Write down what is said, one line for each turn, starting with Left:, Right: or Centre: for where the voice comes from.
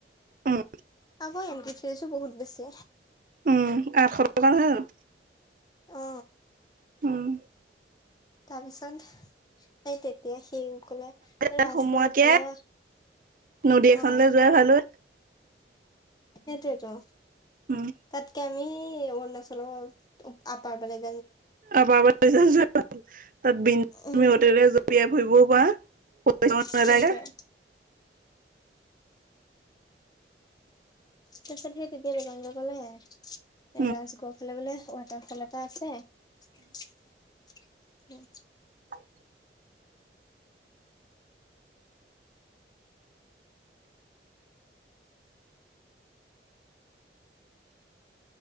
Right: উম
Left: আকৌ এন্টি ফিছো বহুত বেছি।
Right: উম আঠশ টকা নহয় জানো
Left: অ
Right: উম
Left: তাৰপিছত এই তেতিয়া সি কলে
Right: তাত
Left: ৰাজগড়
Right: সোমোৱাতকে
Left: ফালে
Right: নদী এখনলৈ
Left: অহ
Right: যোৱাই ভাল হয়
Left: সেইটোৱেটো
Right: উম
Left: তাতকে আমি অৰুণাচল আপাৰবলে <unintelligible>
Right: আবাৰ তাত বিমি
Left: উম
Right: হোটেলে জপিয়াই ফুৰিবও পাৰা নালাগে
Left: সেইটোৱে তিনিআলি এ ৰাজগড়
Right: উম
Left: ফালে বোলে ৱাটাৰ ফল এটা আছে। উ
Right: <inaudible> <inaudible>